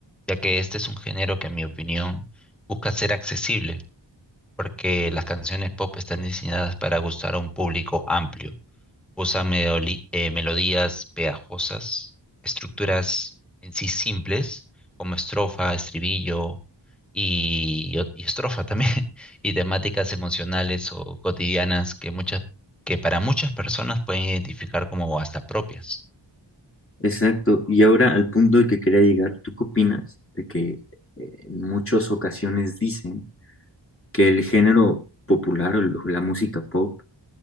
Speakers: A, in the centre; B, on the left (about 30°).
A: ya que este es un género que, en mi opinión, busca ser accesible porque las canciones pop están diseñadas para gustar a un público amplio. Usan meoli- eh, melodías pegajosas, estructuras en sí simples, como estrofa, estribillo y, y estrofa también, <laughs> y temáticas emocionales o cotidianas que muchas, que para muchas personas pueden identificar como hasta propias.
B: Exacto. Y ahora al punto del que quería llegar, ¿tú qué opinas de que eh, en muchas ocasiones dicen que el género popular o la música pop,